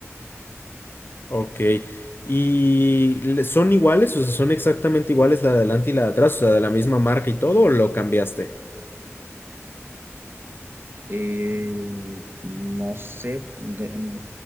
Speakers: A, on the left; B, on the right.
A: Ok. ¿Y le- son iguales? O sea, ¿son exactamente iguales la de adelante y la de atrás? O sea, de la misma marca y todo, ¿o lo cambiaste?
B: Eh, no sé, de-